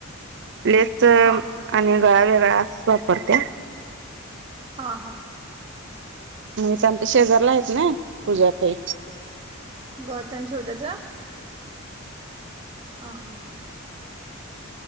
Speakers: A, on the right (about 60°); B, on the right (about 25°).
A: लेस आणि
B: हा
A: वेगळा वेगळा वापरत्या
B: हा हा
A: मग त्यांच्या शेजारला आहेत ना पूज्या ते
B: बर्तन शेवतात हा हा हा